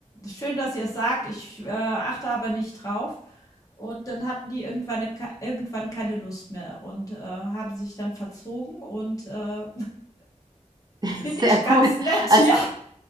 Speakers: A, on the left; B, on the right.
A: schön, dass ihr es sagt, ich äh, achte aber nicht drauf. Und dann hatten die irgendwann, eine, Ka- irgendwann keine Lust mehr und äh, haben sich dann verzogen und äh, <laughs>
B: <laughs>
A: finde
B: Sehr
A: ich
B: gut.
A: ganz nett,
B: Also
A: <laughs> ja.